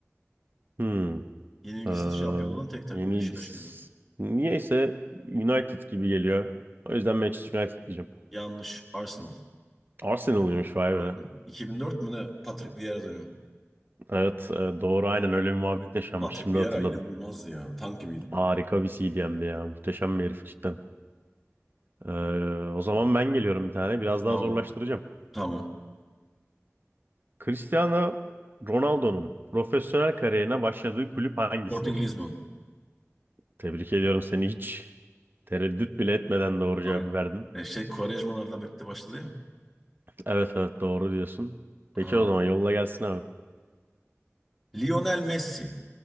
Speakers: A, on the right (about 45°); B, in the centre.
A: Hı.
B: Yenilgisiz
A: Ee,
B: şampiyon olan tek takım
A: yenilgisiz.
B: Beşiktaş gibi.
A: Niyeyse United gibi geliyor. O yüzden Manchester United diyeceğim.
B: Yanlış. Arsenal.
A: Arsenal'ıymış vay
B: Bakın,
A: be.
B: 2004 mü ne Patrick Vieira dönemi?
A: Evet e, doğru aynen öyle bir muhabbet yaşanmış.
B: Patrick
A: Şimdi
B: Vieira
A: hatırladım.
B: inanılmazdı ya. Tank gibiydi.
A: Harika bir CDM'di ya. Muhteşem bir herif cidden. Ee, o zaman ben geliyorum bir tane. Biraz daha
B: Tamam.
A: zorlaştıracağım.
B: Tamam.
A: Cristiano Ronaldo'nun profesyonel kariyerine başladığı kulüp hangisidir?
B: Sporting Lisbon.
A: Tebrik ediyorum seni hiç tereddüt bile etmeden doğru cevabı
B: Aynen.
A: verdin.
B: E şey Quaresma'larla birlikte başladı ya.
A: Evet evet doğru diyorsun. Peki
B: Aa.
A: o zaman yolla gelsin abi.
B: Lionel Messi.